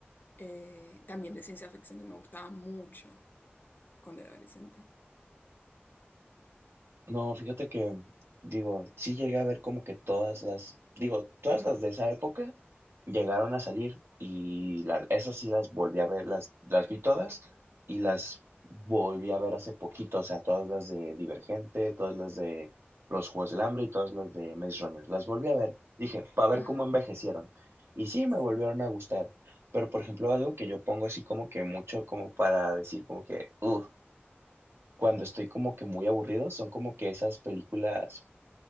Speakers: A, on the left; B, on the right.
A: Eh, también de ciencia ficción y me gustaba mucho cuando era adolescente.
B: No, fíjate que, digo, sí llegué a ver como que todas las, digo, todas las de esa época llegaron a salir y la- esas sí las volví a ver, las, las vi todas y las volví a ver hace poquito, o sea, todas las de Divergente, todas las de Los Juegos del Hambre y todas las de Maze Runner. Las volví a ver, dije, para ver
A: Ah,
B: cómo envejecieron. Y sí, me
A: sí.
B: volvieron a gustar. Pero, por ejemplo, algo que yo pongo así como que mucho como para decir como que, uff. cuando estoy como que muy aburrido, son como que esas películas